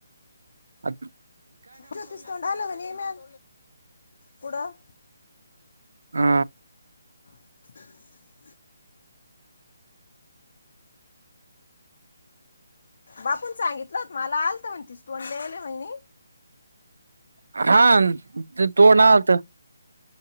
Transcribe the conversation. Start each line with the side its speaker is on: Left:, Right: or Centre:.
Right: अक्क
Left: ज्योतिच तोंड आलं म्हणे मॅम. पुढं?
Right: हा
Left: <inaudible> बापून. सांगितलं होतं मला आलत म्हणे. तोंड लय येईल ये म्हणी
Right: ह हां ते तोंड आलत